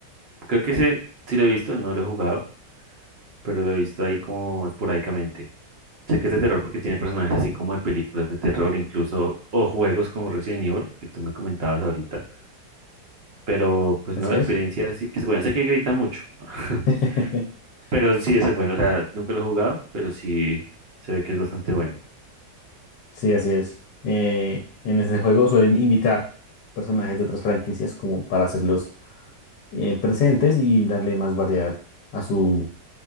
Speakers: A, on the right (about 50°); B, on the left (about 75°).
A: Creo que ese sí lo he visto, no lo he jugado, pero lo he visto ahí como esporádicamente. Sé que es de terror porque tiene personajes así como de películas de terror, incluso, o juegos como Resident Evil, que tú me comentabas ahorita, pero pues
B: Así
A: no, la experiencia
B: es.
A: sí que es buena. Sé que gritan mucho, <laughs>
B: <laughs>
A: Pero sí es el bueno, o sea, nunca lo he jugado, pero sí se ve que es bastante bueno.
B: Sí, así es. Eh, en este juego suelen invitar personajes de otras franquicias como para hacerlos eh, presentes y darle más variedad a su